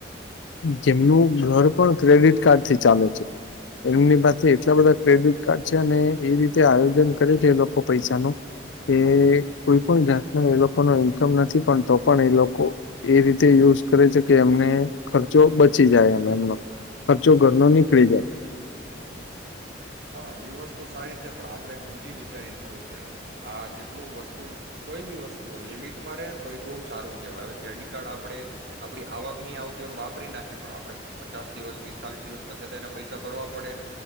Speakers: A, on the left; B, on the right.
A: જેમનું ઘર પણ ક્રેડિટ કાર્ડ થી ચાલે છે. એમની પાસે એટલા બધા ક્રેડિટ કાર્ડ છે ને એ રીતે આયોજન કરે છે એ લોકો પૈસા નો કે કોઈ પણ જાતનો એ લોકોનો ઈન્કમ નથી પણ તો પણ એ લોકો એ રીતે યુઝ કરે છે કે એમને ખર્ચો બચી જાય એમ એમનો ખર્ચો ઘરનો નીકળી જાય.
B: હ એ વસ્તુ સારી છે. પણ આપડે હમજી વી ચારી કરવું પડે આ જેટલું વસ્તુ કોઈ બી વસ્તુ લિમિ ટી મા રહે તો એ બહુ સારું કેહેવાય જે ક્રેડિટ કાર્ડ આપણેે આપડી આવક ની આવતી હોને વાપરી નાખી પણ આપડે પચાસ દિવસ પિસ્તાલીસ દિવસ પછી તો એને પૈસા ભરવા પડે ને